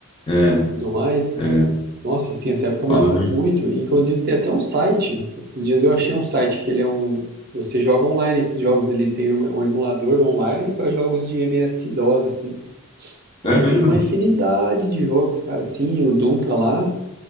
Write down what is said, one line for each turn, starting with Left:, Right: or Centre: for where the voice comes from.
Left: É,
Right: tudo mais.
Left: é.
Right: Nossa, assim, essa época
Left: Falando
Right: marcou muito.
Left: isso.
Right: E, inclusive tem até um site, esses dias eu achei um site que ele é um... Você joga online esses jogos, ele tem um um emulador online para jogos de MS-DOS, assim.
Left: É
Right: Aí
Left: mesmo.
Right: tem uma infinidade de jogos, cara, sim, o Doom tá lá.